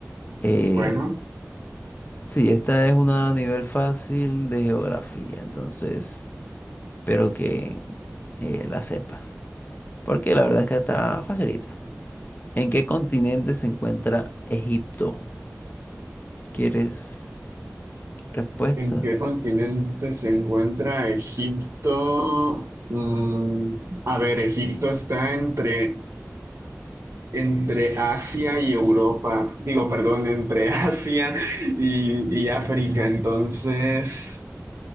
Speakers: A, on the left; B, on the right.
A: Eh,
B: <laughs> Bueno,
A: sí, esta es una nivel fácil de geografía, entonces espero que eh, la sepas. Porque la verdad es que está facilita. ¿En qué continente se encuentra Egipto? ¿Quieres respuestas?
B: ¿en qué continente se encuentra Egipto? Mm, a ver, Egipto está entre... Entre Asia y Europa, digo, perdón, entre <laughs> Asia y, y África. Entonces,